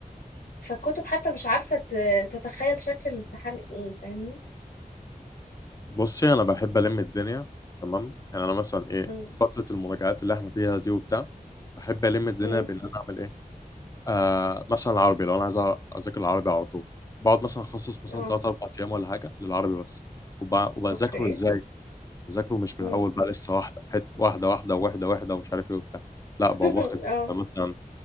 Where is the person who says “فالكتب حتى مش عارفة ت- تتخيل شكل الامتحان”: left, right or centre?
Left